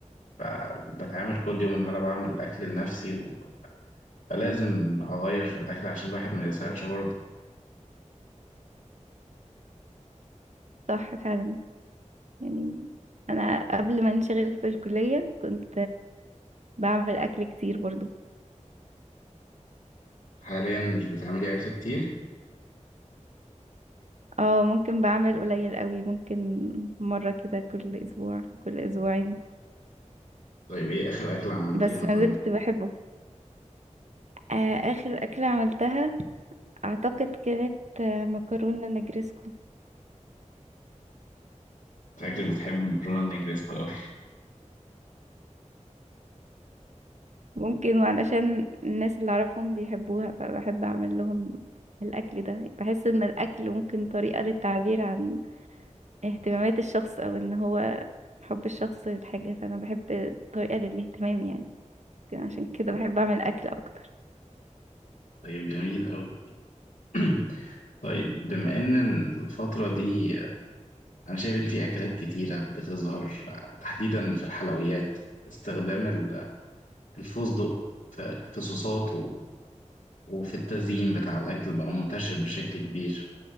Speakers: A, on the left; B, on the right.
A: فبتعامل كل يوم ان انا بعمل الاكل لنفسي فلازم أغير في الأكل عشان الواحد ما يزهقش برضه
B: صح فعلا يعني انا قبل ما انشغل في الكلية كنت بعمل اكل كتير برضو
A: حاليا مش بتعملي أكل كتير
B: اه ممكن بعمل قليل قوي ممكن مرة كده كل اسبوع كل اسبوعين
A: طيب إيه آخر أكلة عملتيها
B: بس ما
A: طيب؟
B: زلت بحبه آه اخر اكلة عملتها اعتقد كانت آه مكرونة نجرسكو
A: شكلك بتحب مكرونة نجريسكو أوي
B: ممكن علشان الناس اللي اعرفهم بيحبوها فبحب اعمل لهم الاكل ده بحس ان الاكل ممكن طريقة للتعبير عن اهتمامات الشخص او ان هو حب الشخص للحاجة فانا بحب طريقة للاهتمام يعني يمكن عشان كده بحب اعمل اكل اكتر
A: طيب جميل أوي <clears throat> طيب بما إن الفترة دي أنا شايف إن في أكلات كتيرة بتظهر تحديدا في الحلويات استخدام ال- الفستق في في صوصات و- وفي التزيين بتاع الأكل بقى منتشر بشكل كبير